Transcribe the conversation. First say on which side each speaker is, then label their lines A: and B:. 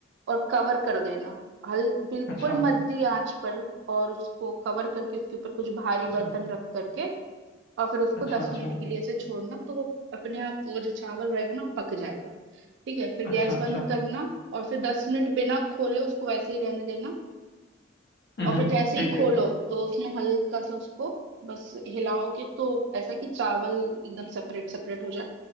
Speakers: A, on the right; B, on the left.
A: और कवर कर देना हल बिल्कुल
B: अच्छा
A: मध्य आंच पर और उसको कवर करके उसके ऊपर कुछ भारी
B: अच्छा
A: बर्तन रख करके और फिर उसको
B: अच्छा
A: दस
B: अच्छा
A: मिनट के लिए ऐसे छोड़ना तो वो अपने आप वो जो चावल रहेगा ना वो पक जाएगा ठीक है फिर गैस
B: अच्छा अच्छा
A: बंद करना और फिर दस मिनट बिना खोले उसको वैसे ही रहने देना
B: हम्म
A: और फिर जैसे
B: ठीक
A: ही खोलो
B: है
A: तो उसमें हल्का सा उसको बस हिलाओगे तो ऐसा कि चावल एकदम सेपरेट सेपरेट हो जाए